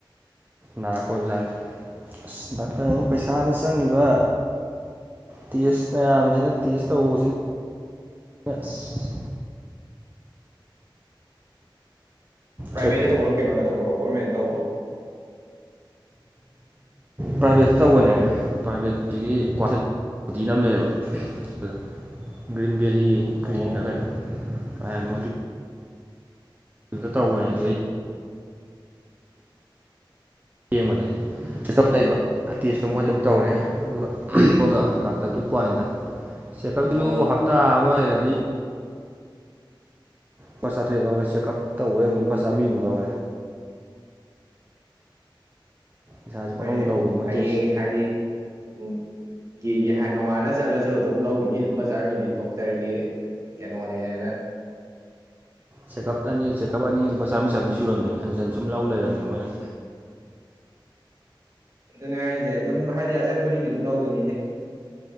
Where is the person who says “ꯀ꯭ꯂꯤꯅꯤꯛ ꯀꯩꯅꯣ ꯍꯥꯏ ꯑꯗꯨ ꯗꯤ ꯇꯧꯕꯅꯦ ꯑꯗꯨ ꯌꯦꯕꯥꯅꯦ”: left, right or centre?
Right